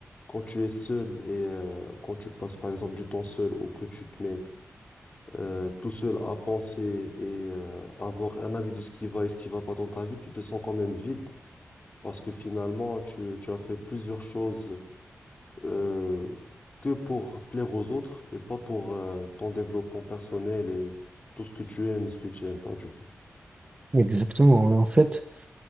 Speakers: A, on the left (about 30°); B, on the right (about 25°).
A: quand tu es seul et euh, quand tu passes, par exemple, du temps seul ou que tu te mets euh, tout seul à penser et euh, avoir un avis de ce qui va et ce qui va pas dans ta vie, tu te sens quand même vide parce que finalement, tu, tu as fait plusieurs choses euh, que pour plaire aux autres et pas pour euh, ton développement personnel et tout ce que tu aimes et ce que tu aimes pas, du coup.
B: Exactement. En fait.